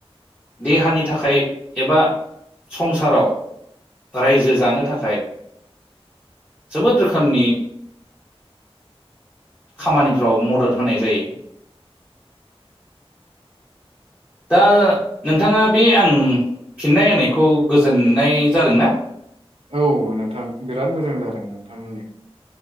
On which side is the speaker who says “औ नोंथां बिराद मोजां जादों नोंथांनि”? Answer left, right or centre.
Right